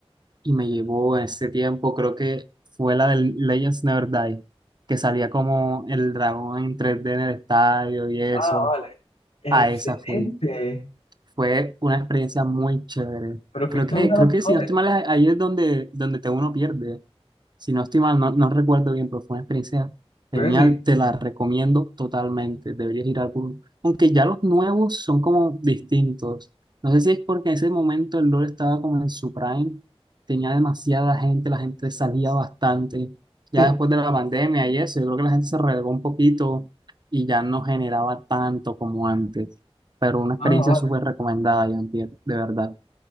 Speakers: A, on the right; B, on the left.
A: y me llevó en ese tiempo, creo que fue la del Legends Never Die, que salía como el dragón en 3D en el estadio y eso.
B: ah, vale. Excelente.
A: A esa fui. Fue una experiencia muy chévere.
B: Pero fuiste
A: Creo que,
B: a una
A: creo
B: de las
A: que
B: mejores.
A: si no estoy mal, ahí es donde, donde te uno pierde. Si no estoy mal, no, no recuerdo bien, pero fue una experiencia
B: Creo
A: genial.
B: que sí.
A: Te la recomiendo totalmente. Deberías ir a alguno. Aunque ya los nuevos son como distintos. No sé si es porque en ese momento el LoL estaba como en su prime. Tenía demasiada gente, la gente salía bastante. Ya
B: Sí.
A: después de la pandemia y eso, yo creo que la gente se relegó un poquito y ya no generaba tanto como antes. Pero una experiencia
B: Ah, vale.
A: súper recomendada, John Pierre, de verdad.